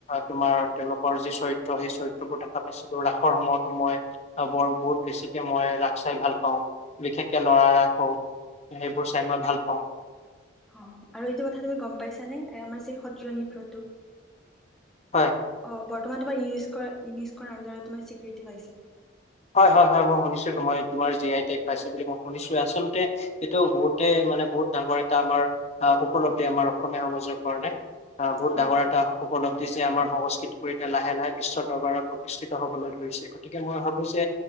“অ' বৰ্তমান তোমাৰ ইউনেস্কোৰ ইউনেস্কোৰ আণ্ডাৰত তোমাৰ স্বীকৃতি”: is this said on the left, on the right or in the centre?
Centre